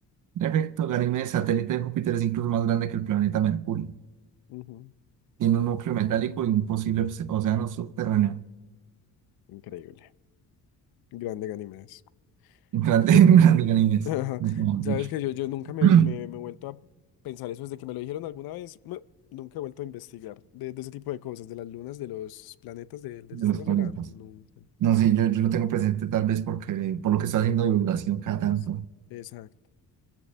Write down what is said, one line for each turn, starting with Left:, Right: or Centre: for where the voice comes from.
Right: En efecto, Ganímedes, satélite de Júpiter, es incluso más grande que el planeta Mercurio.
Left: Ujú.
Right: Tiene un núcleo metálico y un posible obs- océano subterráneo.
Left: Increíble. Grande Ganímedes.
Right: Grande,
Left: Yo,
Right: <laughs> grande
Left: <laughs>
Right: Ganímedes.
Left: ajá,
Right: No,
Left: sabes
Right: no, de hecho.
Left: que yo, yo nunca me,
Right: <clears throat>
Left: me, me he vuelto a pensar eso desde que me lo dijeron alguna vez. no, nunca he vuelto a investigar de, de ese tipo de cosas, de las lunas, de los planetas de- del
Right: de
Left: sistema
Right: los planetas.
Left: solar. Nunca.
Right: No sé, yo, yo lo tengo presente tal vez porque por lo que está haciendo divulgación cada
Left: Es.
Right: tanto.
Left: Exacto.